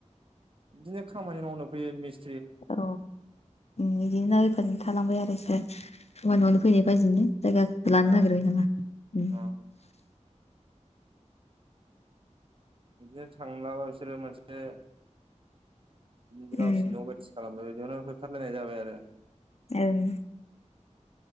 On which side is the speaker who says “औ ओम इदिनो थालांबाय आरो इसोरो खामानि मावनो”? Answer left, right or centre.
Left